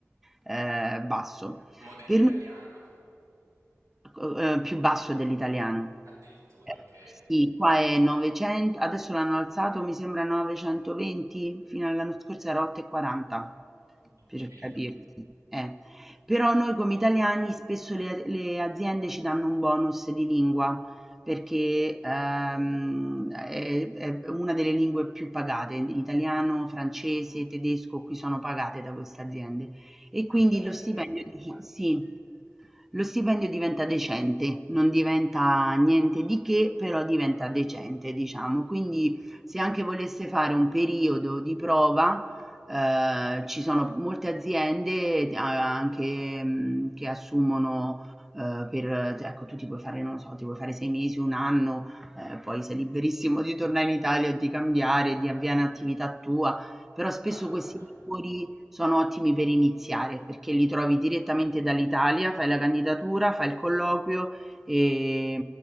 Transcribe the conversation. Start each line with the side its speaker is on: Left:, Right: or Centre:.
Centre: eh, basso.
Right: Modello
Centre: Per
Right: italiano?
Centre: noi Uhm, più basso dell'italiano.
Right: Addirittura,
Centre: Ehm,
Right: ok.
Centre: sì, qua è 900 adesso l'hanno alzato mi sembra a 920, fino all'anno scorso era 8,40
Right: Ho
Centre: per
Right: capito.
Centre: capirti, eh. Però noi come italiani spesso le a le aziende ci danno un bonus di lingua perché, ehm, è è una delle lingue più pagate, italiano, francese, tedesco, qui sono pagate da queste aziende. E quindi
Right: Davvero?
Centre: lo stipendio di chi sì. Lo stipendio diventa decente, non diventa niente di che, però diventa decente, diciamo. Quindi se anche volesse fare un periodo di prova, eh, ci sono molte aziende eh, anche mh, che assumono eh, per, cioè, ecco, tu ti puoi fare, non lo so, ti puoi fare sei mesi, un anno, eh, poi sei liberissimo di tornare in Italia o di cambiare, di avviare un'attività tua, però spesso
Right: Chiaro,
Centre: questi
Right: chiaro.
Centre: lavori sono ottimi per iniziare perché li trovi direttamente dall'Italia, fai la candidatura, fai il colloquio e,